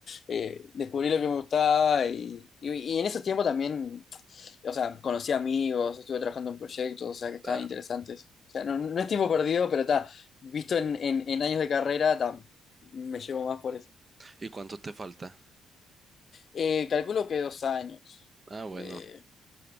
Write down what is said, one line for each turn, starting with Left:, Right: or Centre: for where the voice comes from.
Left: eh, descubrí lo que me gustaba y, y- y en esos tiempos también, o sea, conocí amigos, estuve trabajando en proyectos, o sea, que estaban
Right: Claro.
Left: interesantes. O sea, no, no es tiempo perdido, pero está, visto en, en- en años de carrera, ta, me llevo más por eso.
Right: ¿Y cuánto te falta?
Left: Eh, calculo que dos años.
Right: Ah, bueno.
Left: Eh,